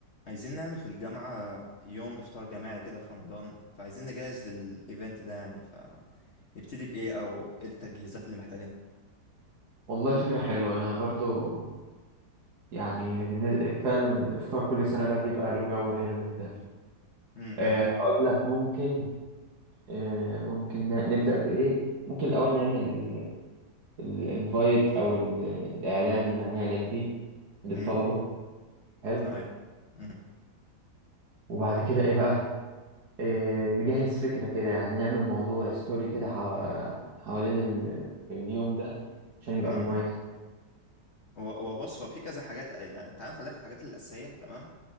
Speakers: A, on the left (about 45°); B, on the right (about 70°).
A: عايزين نعمل في الجامعة يوم إفطار جماعي كده في رمضان فعايزين نجهز للإيفنت ده يعني فنبتدي بإيه أو إيه التجهيزات اللي محتاجينها
B: والله فكرة حلوة أنا برضو يعني بالن- فعلا الإفطار كل سنة ده بيبقى له جو حلو وبتاع
A: امم
B: آه، أقول لك ممكن آه، ممكن ن- نبدأ بإيه ممكن الأول نعمل الانفايت أو ال- الإعلان اللي هنعلن بيه للطلبة
A: امم
B: حلو
A: أيوة امم
B: وبعد كده إيه بقى آه، نجهز فكرة كده يعني نعمل موضوع ستوري كده حوا- حوالين ال- اليوم ده عشان يبقى
A: امم
B: مميز
A: وبص هو في كذا حاجات يعني تعال نخليها في الحاجات الأساسية تمام